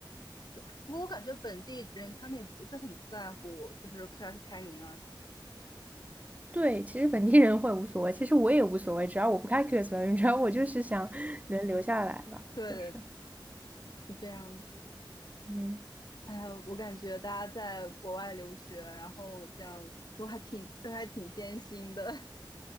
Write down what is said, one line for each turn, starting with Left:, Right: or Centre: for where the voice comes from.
Left: 对，不过我感觉本地人他们也不是很在乎，就是 class 排名啊什么。
Right: 对，其实本地人会无所谓，其实我也无所谓，只要我不开 QS 表演，只要我就是想能留下来吧，
Left: 对，
Right: 就是
Left: 是这样子的。
Right: 嗯。
Left: 哎，我感觉大家在国外留学，然后这样都还挺都还挺艰辛的